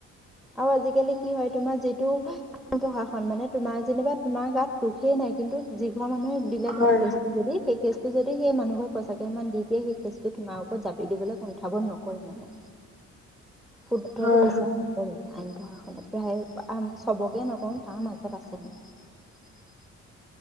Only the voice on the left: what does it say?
হয়
হয়
হয়
হয়